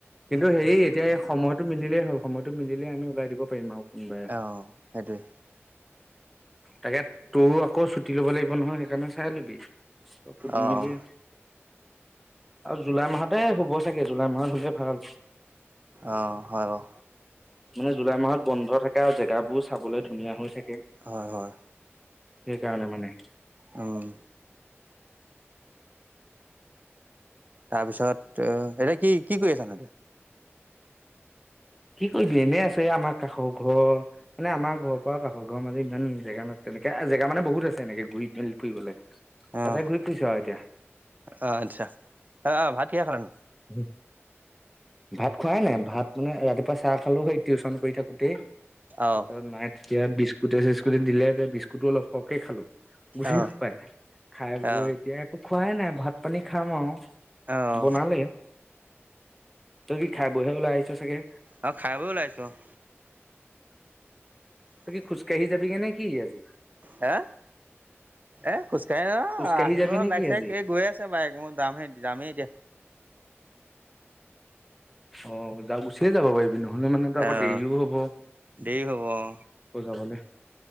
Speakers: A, in the centre; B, on the right.
A: কিন্তু হেৰি এতিয়া এই সময়টো মিলিলে হ'ল সময়টো মিলিলে আমি ওলাই দিব পাৰিম আৰু।
B: অ', সেইটোৱে
A: তাকে তোৰ আকৌ চু টি ল'ব লাগিব নহয় সেইকাৰণে চাই ল'বি সুধি
B: অ',
A: মেলি জুলাই মাহতে শুব চাগে জুলাই মাহত হ'লে ভাল।
B: অঁ', হয় বাৰু।
A: মানে জুলাই মাহত বন্ধ থাকে আৰু জেগাবোৰো চাবলে ধুনীয়া হৈ থাকে।
B: হয় হয়।
A: সেইকাৰণে মানে।
B: উম তাৰপিছত এতিয়া কি কি কৰি আছা নো এতিয়া।
A: কি কৰিবি এনে আছোঁ এ আমাৰ কাষৰ ঘৰ মানে আমাৰ ঘৰ পৰা কাষৰৰ মাজে ইমান জেগা তেনেকে জেগা মানে বহুত আছে এনেকে ঘূৰি মেলি ফুৰিবলে তাতে
B: অঁ
A: ঘূৰি ফুৰিছো আৰু এতিয়া।
B: অঁ আচ্ছা অ অ ভাত কিহে খালা নো
A: উ ভাত। খুৱাই নাই ভাত মানে ৰাতিপুৱা চাহ খালো সেই টিউশচন কৰি থাকোতেই
B: অঁ
A: তাৰপাছত মায়ে ইয়াত বিস্কুটতে চিস্কুতে দিলে এতিয়া বিস্কুটো অলপ সহকে খালো। গোটেই
B: অঁ
A: খুপায় খাই বৈ
B: অঁ
A: এতিয়া একো খোৱাই নাই ভাত পানী খাম আৰু।
B: অঁ
A: বনালেই তই কি খাই বইহে ওলাই আহিছ চাগে!
B: অ', খাই বৈ ওলাই আহিছোঁ অ
A: তই কি খোজকাঢ়ি যাবি কে নে কি আজি?
B: হে এ খোজকাঢ়ি
A: খোজকাঢ়ি
B: আহি
A: যাবি নে
B: বাইক
A: কি
B: চাইক
A: আজি
B: গৈ আছে বাইক মই যামহে যামেই এতিয়া।
A: অ', যা গুচিয়ে যাব পাৰিবি নহ'লে মানেতো আকৌ
B: অঁ
A: দেৰিও হব।
B: দেৰি হ'ব অঁ
A: বুজাবলে